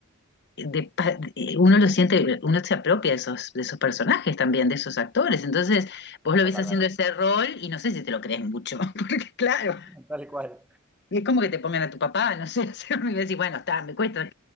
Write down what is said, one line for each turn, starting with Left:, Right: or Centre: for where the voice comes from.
Left: de pa- eh, uno lo siente, uno se apropia de esos, de esos personajes también, de esos actores. Entonces, vos lo
Centre: Totalmente.
Left: ves haciendo ese rol y no sé si te lo crees mucho, <laughs> porque claro,
Centre: Tal cual. <laughs>
Left: y es como que te pongan a tu papá, no sé, <laughs> hacer un- y decís, bueno, está, me cuesta.